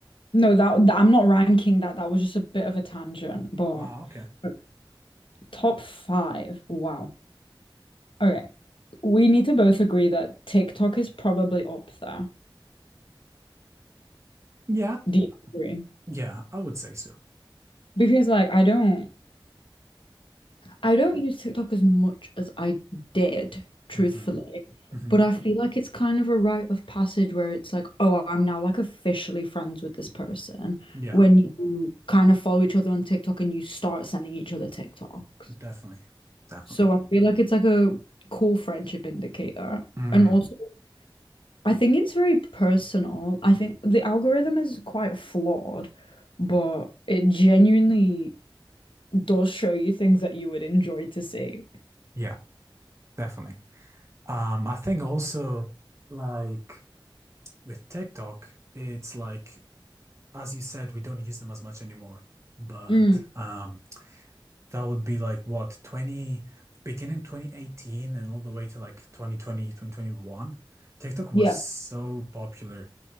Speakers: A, on the left; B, on the right.
A: No, that, that I'm not ranking that. That was just a bit of a tangent, but
B: Ah, okay.
A: but top five. Wow. Okay. We need to both agree that TikTok is probably up there.
B: Yeah.
A: Do you agree?
B: Yeah, I would say so.
A: Because like I don't I don't use TikTok as much as I did, truthfully.
B: hmm hmm
A: But I feel like it's kind of a rite of passage where it's like, oh, I'm now like officially friends with this person
B: Yeah,
A: when you kind of follow each other on TikTok and you start sending each other TikToks.
B: definitely. Definitely.
A: So I feel like it's like a cool friendship indicator.
B: Mm.
A: And also I think it's very personal. I think the algorithm is quite flawed, but it genuinely does show you things that you would enjoy to see.
B: Yeah, definitely. Um, I think also like with TikTok, it's like as you said, we don't use them as much anymore. But
A: Mm,
B: um, that would be like what 20 beginning 2018 and all the way to like 2020 2021, TikTok was
A: yeah,
B: so popular